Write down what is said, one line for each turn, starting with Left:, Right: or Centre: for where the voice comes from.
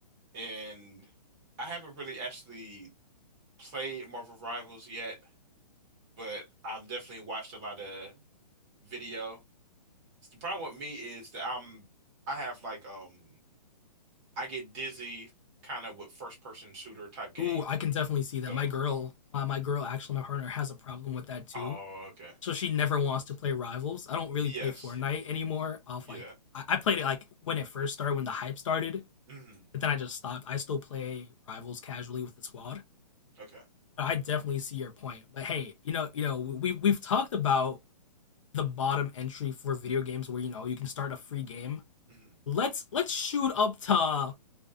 Right: and I haven't really actually played Marvel Rivals yet, but I've definitely watched a lot of video. The problem with me is that I'm I have like um I get dizzy kind of with first person shooter type game.
Left: Ooh, I can definitely see that.
Right: So
Left: My girl, my, my girl, actually, my partner has a problem with that too.
Right: oh okay.
Left: So she never wants to play rivals. I don't really
Right: Yes.
Left: play Fortnite anymore. Off
Right: Yeah.
Left: like I, I played it like when it first started, when the hype started,
Right: hmm
Left: but then I just stopped. I still play rivals casually with the squad.
Right: Okay.
Left: But I definitely see your point. But hey, you know, you know, we we've talked about the bottom entry for video games where you know you can start a free game.
Right: hmm
Left: Let's let's shoot up to